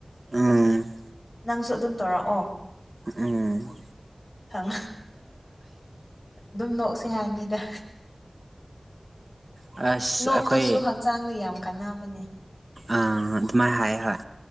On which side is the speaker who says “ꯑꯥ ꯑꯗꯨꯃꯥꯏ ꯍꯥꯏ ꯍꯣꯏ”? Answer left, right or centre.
Right